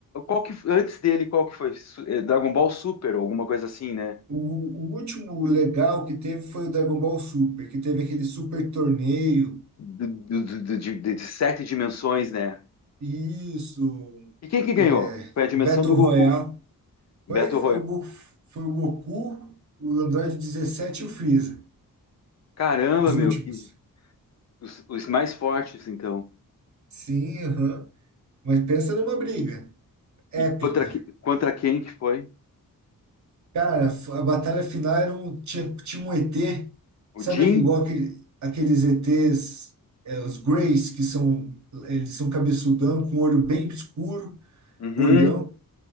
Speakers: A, on the left; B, on the right.
A: qual que, antes dele, qual que foi? Su- eh, Dragon Ball Super, ou alguma coisa assim, né?
B: O, o último legal que teve foi o Dragon Ball Super, que teve aquele super torneio.
A: De, de, de- de- de sete dimensões, né?
B: Isso.
A: E quem que ganhou?
B: É,
A: Foi a dimensão
B: Battle
A: do Goku,
B: Royale.
A: Battle
B: Foi, foi
A: Royale.
B: o, Go- foi o Goku, o Android 17 e o Freeza.
A: Caramba,
B: Os
A: meu,
B: últimos.
A: que os, os mais fortes, então.
B: Sim, aham. Mas pensa numa briga épica.
A: E contra, que- contra quem que foi?
B: Cara, a batalha final era um, tinha, tinha um ET,
A: O
B: sabe
A: Jin?
B: aquele- igual aquele, aqueles ETs, é, os Greys, que são, eles são cabeçudão, com olho bem escuro,
A: Uhum.
B: olhão.